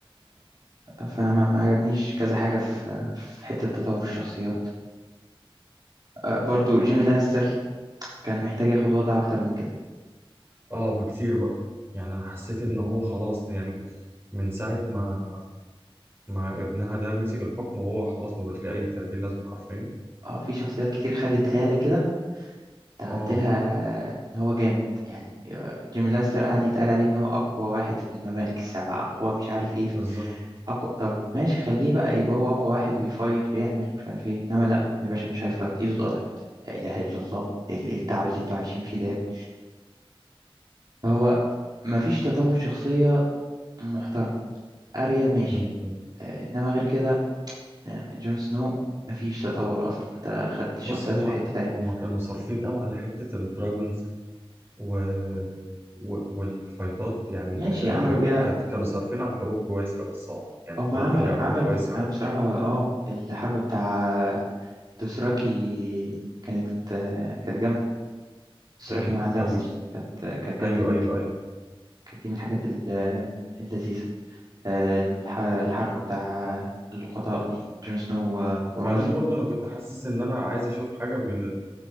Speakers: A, on the right; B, on the right.
A: فانا ما ما عجبنيش كذا حاجه في في حته تطور الشخصيات آه، برضو جيمي لانستر كان محتاج ياخد وضع اكتر من كده
B: آه، بكتير بقى يعني انا حسيت ان هو خلاص يعني من ساعة ما ما ابنها ده مسك الحكم وهو خلاص ما بقاش ليه اي 30 لازمة حرفيا
A: اه في شخصيات كتير خدت هاله كده انت عملت
B: اه
A: لها ان هو جامد يعني آه، جيمي لانستر قعد يتقال عليه ان هو اقوى واحد في الممالك السبع اقوى مش عارف ايه
B: بالظبط
A: اقوى طب ماشي خليه بقى يبقى هو اقوى واحد ويفايت ويعمل مش عارف ايه انما لا يا باشا مش هيفايت ايده اتقطعت لا اله الا الله ايه التعب اللي انتوا عايشين فيه ده يا ابني فهو مفيش تطور شخصيه محترم اريا ماشي
B: م- م.
A: آه، انما غير كده آه، جون سنو مفيش تطور اصلا انت خدت الشخصيات
B: بص هما
A: في حتة تانية
B: هما كانوا صارفين قوي على حتة الدراجونز و... و... والفايتات يعني
A: ماشي
B: ال- الحروب
A: عملوا بيها
B: كانت كانوا صارفين على الحروب كويس قوي الصراحة يعني
A: هم
B: الحروب
A: عملوا
B: كانوا بيعملوها
A: عملوا
B: كويس قوي
A: عم بصراحة اه الحرب بتاع دوسراكي كانت آه، كانت جامدة دوسراكي
B: امم
A: مع اللانستر
B: قوي
A: كانت آه، كانت جامدة
B: ايوه
A: جدا
B: ايوه ايوه
A: كانت دي من الحاجات ال- آه، اللذيذة آه، الح- الحرب بتاع اللقطاء دي جون سنو آه،
B: وبعدين
A: ورمزي
B: برضه انا كنت حاسس ان انا عايز اشوف حاجه بين